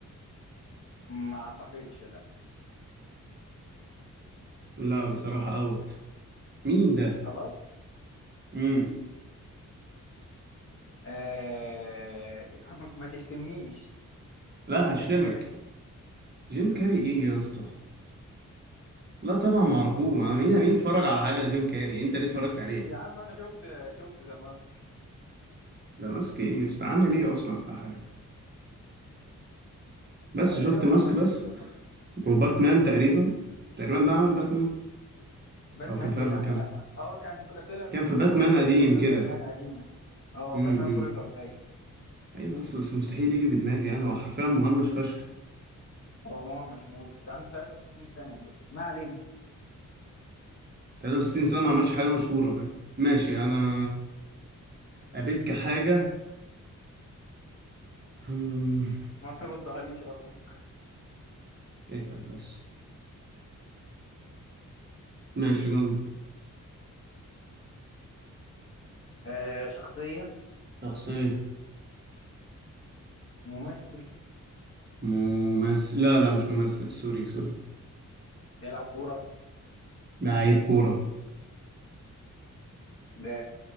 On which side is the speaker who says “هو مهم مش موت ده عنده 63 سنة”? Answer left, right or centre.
Left